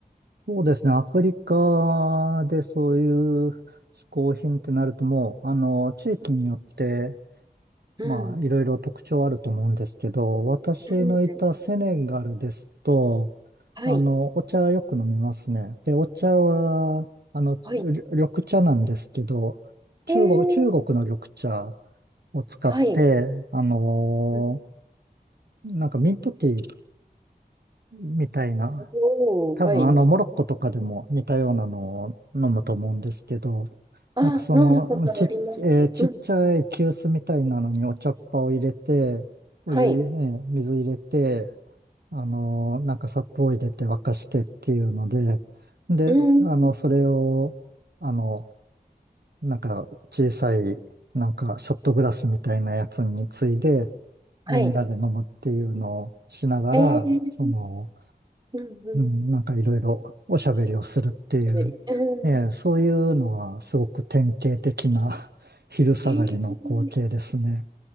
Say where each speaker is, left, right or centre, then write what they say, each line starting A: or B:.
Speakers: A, on the right; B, on the right.
A: そうですね。アフリカでそういう嗜好品ってなるともう、あの、地域によって、
B: うん。
A: まあ、いろいろ特徴あると思うんですけど、私のいたセネガルですと、
B: うんはい。
A: あの、お茶よく飲みますね。で、お茶は、あの、
B: はい。
A: り緑茶なんですけど、中国、
B: えー、
A: 中国の緑茶を使って、
B: はい。
A: あの、
B: うん
A: なんかミントティーみたいな、
B: おー、
A: 多分あの、
B: はい。
A: モロッコとかでも似たようなのを飲むと思うんですけど、
B: あ、
A: なんかその、
B: 飲んだことあります。
A: ちっ、えーちっちゃい急須みたいなのにお茶っ葉を入れて、
B: うん。
A: お湯、
B: はい。
A: えー水入れて、あのーなんか砂糖を入れて沸かしてっていうので、で、
B: うん。
A: あの、それを、あの、なんか小さい、なんかショットグラスみたいなやつについで、
B: はい。
A: みんなで飲むっていうのをしながら、
B: えー
A: その、
B: うんうん。
A: うん、なんかいろいろおしゃべりをするっていう、
B: 喋り。うん。
A: ええ、そういうのはすごく典型的な <laughs> 昼下がりの光景ですね。
B: えー、